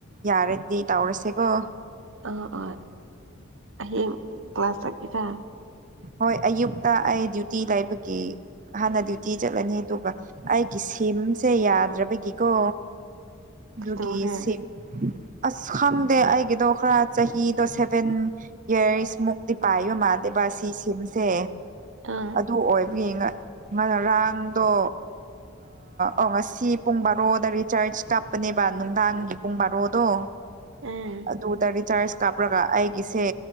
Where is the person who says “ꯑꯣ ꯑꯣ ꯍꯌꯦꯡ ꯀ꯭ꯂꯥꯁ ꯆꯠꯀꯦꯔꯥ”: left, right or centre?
Right